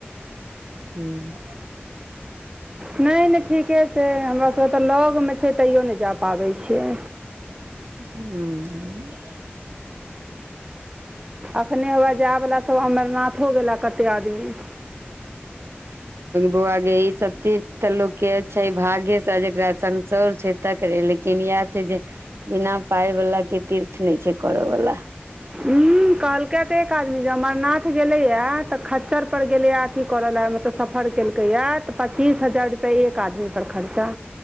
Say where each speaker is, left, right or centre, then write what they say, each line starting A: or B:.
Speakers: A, on the right; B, on the right.
A: <inaudible>
B: नय नय ठीके छै हमरा सभके तऽ लग मे छै तैयो नय जा पाबै छियै।
A: <unintelligible>
B: अखने हए जायवला सब अमरनाथ हो गेला कते आदमी।
A: बौआ गे ई सब तीज त लोक के छै भागे से जेकरा साँसोर छै तक रहे लेकिन इएह छै जे बिना पााय वला के तीर्थ नय छै करऽ बाला।
B: हूँ कहलकै तऽ एक आदमी ज अमरनाथ गेले या तऽ खच्चर गेलैा अथी करऽ लए मतलब सफर केलकै ए तऽ पच्चीस हजारुआ तऽ एक आदमी पर खर्चा